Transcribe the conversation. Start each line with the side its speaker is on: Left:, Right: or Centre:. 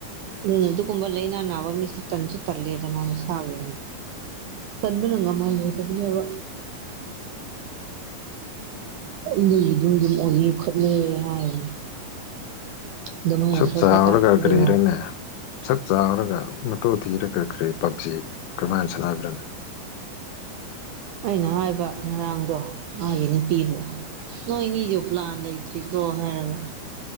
Right: ꯑꯗꯨꯅ ꯑꯗꯨꯒꯨꯝꯕ ꯂꯥꯏꯅꯥ ꯅꯥꯕ ꯃꯤꯁꯤ ꯇꯟꯁꯨ ꯇꯜꯂꯦꯗꯅ ꯃꯁꯥꯒꯤ ꯇꯟꯕꯅ ꯉꯝꯃꯜꯂꯣꯏꯗꯕꯅꯦꯕ꯫ ꯑꯗꯨꯒꯤ ꯑꯗꯨꯝ ꯑꯗꯨꯝ ꯑꯣꯏꯌꯦ ꯈꯠꯅꯩꯌꯦ ꯍꯥꯏꯌꯦ꯫ ꯑꯗꯨꯃꯥꯏꯅ
Left: ꯁꯨꯛ
Right: ꯈꯔ
Left: ꯆꯥꯎꯔꯒ
Right: ꯈꯔ ꯇꯥꯛꯄꯤ
Left: ꯀꯔꯤꯔꯅꯦ
Right: ꯌꯣ꯫
Left: ꯁꯛ ꯆꯥꯔꯒ ꯃꯇꯨ ꯊꯤꯔꯒ ꯀꯈ꯭ꯔꯤ ꯄꯛꯆꯤ ꯀ꯭ꯔꯃꯥꯏꯅ ꯁꯥꯟꯅꯕ꯭ꯔ
Right: ꯑꯩꯅ ꯍꯥꯏꯕ ꯉꯔꯥꯡꯗꯣ ꯃꯥꯒꯤ ꯅꯨꯄꯤꯕꯨ꯫ ꯅꯣꯏꯅꯤꯖꯨ ꯄꯂꯟ ꯂꯩꯇ꯭ꯔꯤ ꯄ꯭ꯔꯣ ꯍꯥꯏꯒ